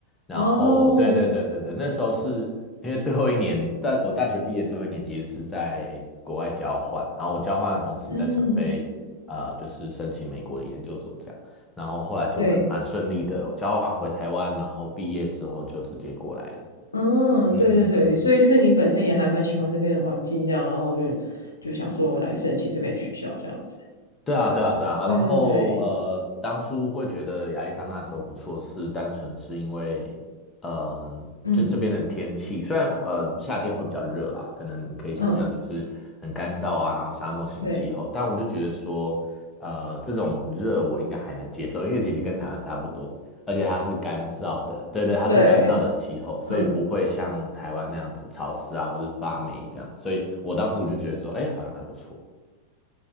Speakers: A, on the left; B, on the left.
A: 然后对对对对对，
B: 哦，
A: 那时候是因为最后一年，在我大学毕业最后一年其实是在国外交换，然后我交换的同时在准备呃就是申请美国的研究所这样，
B: 嗯。
A: 然后后来就蛮蛮顺利的交换回台湾，
B: 对，
A: 然后毕业之后就直接过来了，
B: 嗯，
A: 嗯嗯嗯嗯。
B: 对对对，所以就是你本身也还蛮喜欢这边的环境，这样，然后就就想说我来申请这边的学校这样子。
A: 对啊，对啊，对啊。
B: 对对对，
A: 然后呃，当初会觉得亚利桑那州不错，是单纯是因为，嗯、
B: 嗯
A: 就这边的天气，虽然呃夏天会比较热啦，可能你可以想象就是很干燥啊，
B: 嗯，
A: 然后沙漠型气候，
B: 对
A: 但我就觉得说，呃，这种热我应该还能接受，因为其实跟台湾差不多，而且它是干燥的，对对，它是干燥的气候，
B: 对，
A: 所以不会像台湾那样子潮湿啊，
B: 嗯。
A: 或是发霉这样，所以我当时我就觉得说，哎，好像还不错。